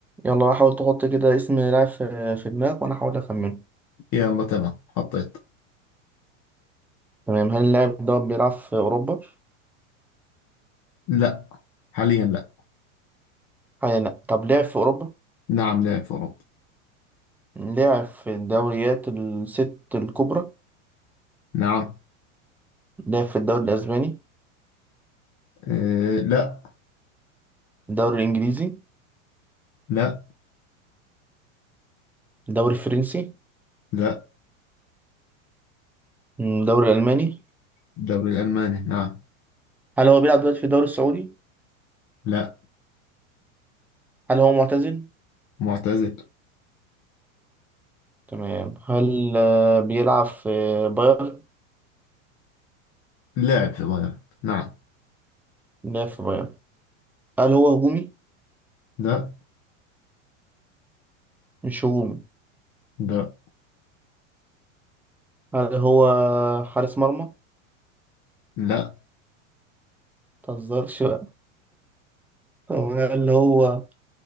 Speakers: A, in the centre; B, on the left (about 45°).
A: يلا حاول تحط كده اسم لاعب في في دماغك وانا احاول اخمنه
B: يلا تمام حطيت
A: تمام هل اللاعب ده بيلعب في اوروبا
B: لا حاليا لا
A: حاليا لا طب لعب في اوروبا
B: نعم لعب في أوروبا
A: لعب في الدوريات الست الكبرى
B: نعم
A: لعب في الدوري الاسباني
B: أه لا
A: الدوري الانجليزي
B: لا
A: الدوري الفرنسي
B: لا
A: مم، الدوري الالماني
B: الدوري الألماني نعم
A: هل هو بيلعب دلوقتي في الدوري السعودي
B: لا
A: هل هو معتزل
B: معتزل
A: تمام هل آه، بيلعب في بايرن
B: لاعب في بايرن نعم
A: لعب في بايرن هل هو هجومي
B: لا
A: مش هجومي
B: لا
A: هل هو حارس مرمى
B: لا
A: متهزرش بقى طب هل هو